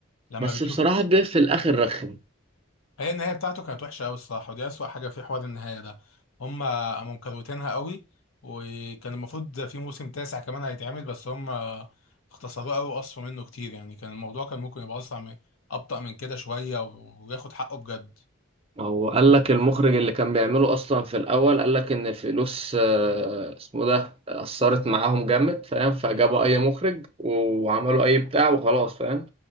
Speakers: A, on the left; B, on the right.
A: لما
B: بس
A: بتشوف
B: بصراحة جه في الآخر رخم
A: هي النهاية بتاعته كانت وحشة أوي الصراحة ودي أسوأ حاجة في حوار النهاية ده هما قاموا مكروتينها أوي وكان المفروض في موسم تاسع كمان هيتعمل بس هما اختصروه أوي وقصوا منه كتير يعني كان الموضوع كان ممكن يبقى أسرع من أبطأ من كده شوية و- وياخد حقه بجد
B: هو قال لك المخرج اللي كان بيعمله اصلا في الاول قال لك ان الفلوس آه، اسمه ده اثرت معاهم جامد فاهم فجابوا
A: مم.
B: اي مخرج وعملوا اي بتاع وخلاص فاهم